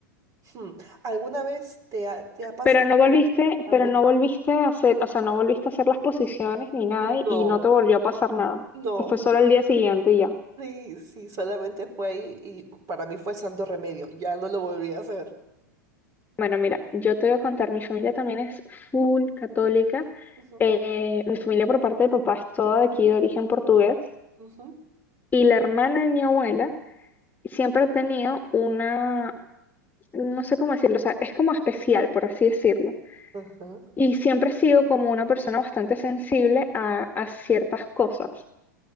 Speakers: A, on the right; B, on the left.
A: Hmm, ¿Alguna vez te ha, te ha pasado
B: Pero no volviste,
A: Istanbul?
B: pero no volviste a hacer, o sea, no volviste a hacer las posiciones ni nada
A: No,
B: y, y no te volvió a pasar nada.
A: no.
B: O sea, fue solo el día siguiente y ya.
A: Sí, sí, solamente fue ahí y para mí fue santo remedio. Ya no lo volví a hacer.
B: Bueno, mira, yo te voy a contar, mi familia también es full católica.
A: Ujú,
B: Eh, mi familia por parte de papá es toda de aquí de origen portugués
A: ujú,
B: y la hermana de mi abuela siempre ha tenido una, no sé cómo decirlo, o sea, es como especial, por así decirlo.
A: ajá,
B: Y siempre ha sido como una persona bastante sensible a, a ciertas cosas.